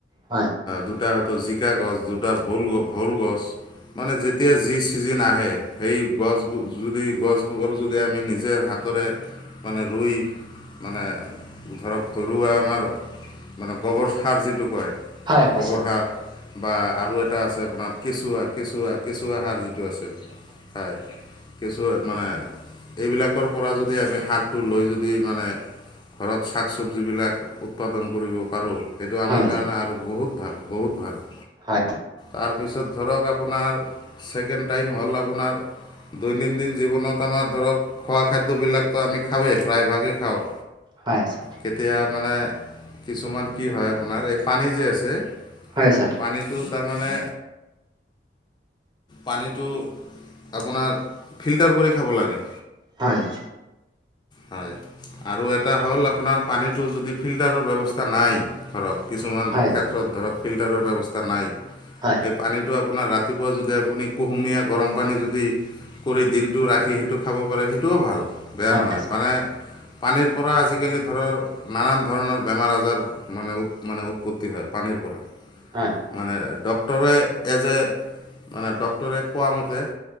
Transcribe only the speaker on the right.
হয়',।
হয় হয়
ছাৰ
হয় ছাৰ
হয়
হয়', ছাৰ।
হয়', ছাৰ।
হয়',।
হয় হয়
হয়',।
হয়
ছাৰ
হয়।